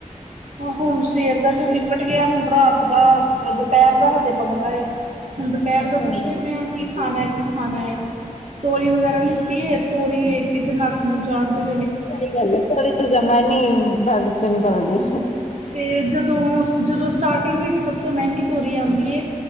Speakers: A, on the right; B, on the left.
A: ਹੁਣ ਸਵੇਰ ਦਾ ਤੇ ਨਿੱਪਟ ਗਿਆ। ਹੁਣ ਰਾਤ ਦਾ ਅ ਦੁਪਹਿਰ ਦਾ ਹਜੇ ਪੰਗਾ ਏ। ਹੁਣ
B: ਸਹੀ
A: ਦੁਪਹਿਰ ਤਾਂ ਪੁੱਛਦੇ
B: ਗੱਲ
A: ਪਏ
B: ਹੈ,
A: ਹ ਕੀ ਖਾਣਾ ਹੈ, ਕੀ ਖਾਣਾ ਹੈ ਤੋਰੀ ਵਗੈਰਾ ਲਿੱਤੀ ਹੈ। ਤੋਰੀ ਵੇਖ ਕੇ ਤੇ ਨੱਕ ਮੂੰਹ ਚਾੜ ਦਿੱ
B: ਸਹੀ ਗੱਲ ਹੈ, ਤੋਰੀ ਤੂੰ ਜਮਾ ਨੀ ਬਲ ਚ ਨੀ ਗਲਦੀ।
A: ਤੇ ਜਦੋਂ-ਜਦੋਂ ਸਟਾਰਟਿੰਗ ਵਿੱਚ ਸਭ ਤੋਂ ਮਹਿੰਗੀ ਤੋਰੀ ਆਦੀ